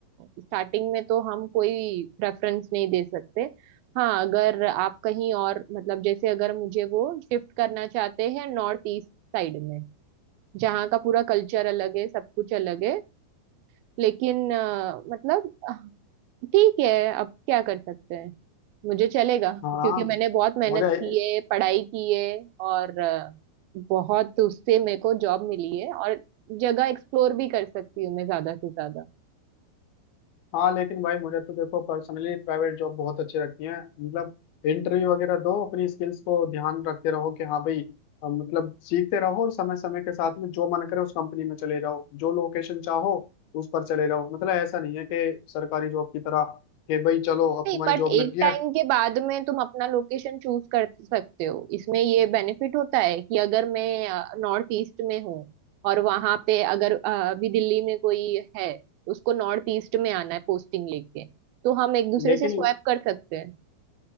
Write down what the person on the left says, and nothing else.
हाँ
मुझे
हाँ लेकिन भाई मुझे तो देखो पर्सनली प्राइवेट जॉब बहुत अच्छी लगती है मतलब इंटरव्यू वगैरह दो अपनी स्किल्स को ध्यान रखते रहो कि हाँ भाई अ, मतलब सीखते रहो और समय समय के साथ में जो मन करे उस कंपनी में चले जाओ जो लोकेशन चाहो उस पर चले जाओ मतलब ऐसा नहीं है कि सरकारी जॉब की तरह कि भाई चलो अब
तुम्हारी
जॉब
लग गई
है
लेकिन